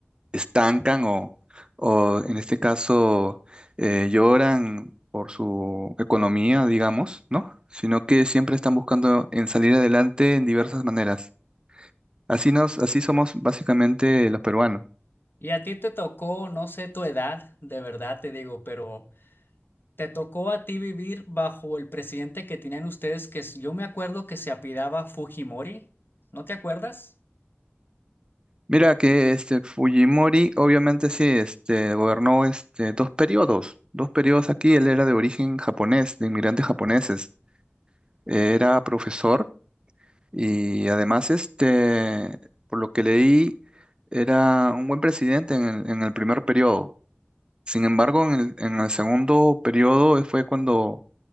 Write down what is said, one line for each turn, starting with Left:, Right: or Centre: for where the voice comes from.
Right: estancan o, o en este caso eh, lloran por su economía, digamos, ¿no? Sino que siempre están buscando en salir adelante en diversas maneras. Así nos, así somos básicamente los peruanos.
Left: Y a ti te tocó, no sé tu edad, de verdad te digo, pero Te tocó a ti vivir bajo el presidente que tenían ustedes, que es- yo me acuerdo que se apellidaba Fujimori. ¿No te acuerdas?
Right: Mira que este Fujimori obviamente sí, este, gobernó este, dos periodos, dos periodos aquí, él era de origen japonés, de inmigrantes japoneses, era profesor Y además, este, por lo que leí, era un buen presidente en el, en el primer periodo. Sin embargo, en el, en el segundo periodo eh, fue cuando